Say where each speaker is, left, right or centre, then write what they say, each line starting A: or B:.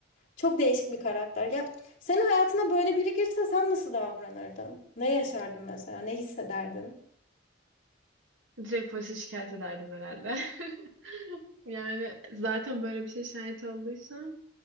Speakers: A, on the left; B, on the right.
A: Çok değişik bir karakter. Ya senin hayatına böyle biri girse sen nasıl davranırdın? Ne yaşardın mesela? Ne hissederdin?
B: Direkt polise şikayet ederdim herhalde. <laughs> Yani zaten böyle bir şey şahit olduysam,